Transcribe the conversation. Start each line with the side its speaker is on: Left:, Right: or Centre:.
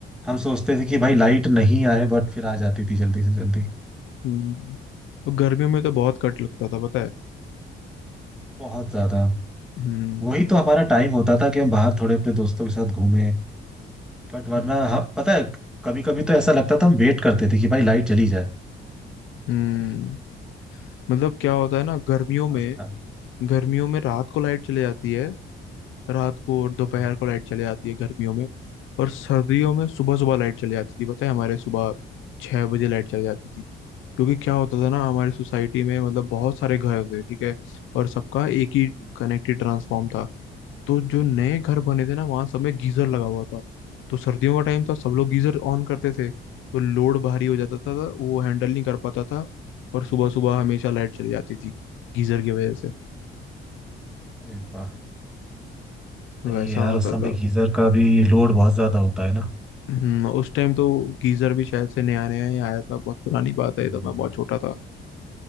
Centre: हम सोचते थे कि भाई लाइट नहीं आए बट फिर आ जाती थी जल्दी से जल्दी
Left: हम्म। और गर्मियों में तो बहुत कट लगता था पता है
Centre: बहुत ज्यादा
Left: हम्म
Centre: वही तो हमारा टाइम होता था कि हम बाहर थोड़े अपने दोस्तों के साथ घूमें बट वरना
Left: हम्म
Centre: हम पता है कभी कभी तो ऐसा लगता था हम वेट करते थे कि भाई लाइट चली जाए
Left: हम्म।
Centre: <laughs>
Left: मतलब क्या होता है ना गर्मियों में
Centre: मस्त था
Left: गर्मियों में रात को लाइट चली जाती है रात को और दोपहर
Centre: हम्म,
Left: को लाइट चली जाती है गर्मियों में और सर्दियों में सुबह सुबह लाइट चली जाती थी पता है हमारे सुबह छह बजे लाइट चली जाती थी क्योंकि क्या होता था ना हमारी सोसाइटी में मतलब बहुत सारे घर थे ठीक है और सबका एक ही
Centre: हम्म।
Left: कनेक्टेड ट्रांसफॉर्म था तो जो नए घर बने थे ना वहाँ सब में गीजर लगा हुआ था तो सर्दियों का टाइम था सब लोग गीजर ऑन करते थे तो लोड भारी हो जाता था तो वो हैंडल नहीं कर पाता था और सुबह सुबह हमेशा लाइट चली जाती थी गीजर की वजह से
Centre: अरे वाह सही
Left: वैसा
Centre: है यार
Left: होता
Centre: उस समय
Left: था
Centre: गीजर का भी लोड बहुत ज्यादा होता है ना
Left: हम्म, उस टाइम तो गीजर भी शायद से नया नया ही आया था बहुत पुरानी बात है
Centre: हम्म।
Left: तब मैं बहुत छोटा था